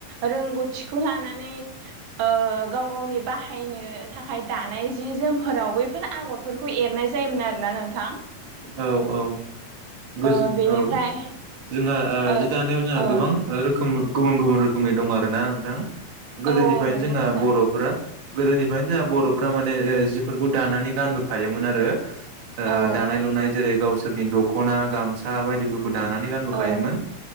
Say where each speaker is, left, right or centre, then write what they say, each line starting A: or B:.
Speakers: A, on the right (about 60°); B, on the right (about 85°).
A: रोंगौथिखौ लानानै ओ गाव गावनि बाहायनो थाखाय दानाय जि जोमफोराव बैफोर आगरफोरखौ एरनाय जायोमोन आरोना नोंथां।
B: औ औ जोंहा
A: ओ बेनिफ्राय ओ
B: जि दानायाव जोंहा
A: औ
B: गोबां रोखोम गुबुन-गुबुन रोखोमनि दं आरोना नोंथां। गोदोनिफ्रायनो
A: औ औ नंगौ
B: जोंहा
A: नोंथां
B: बर'फोरा गोदोनि ओंखाइनो जोंहा बर'फोरा माने ओ जिफोरखौ दानानै गानबोखायोमोन आरो ओ
A: औ
B: दानाय लुनाय जेरै गावसोरनि द- खना गामसा बायदि फोरखौ दानानै गानबोखायोमोन।
A: औ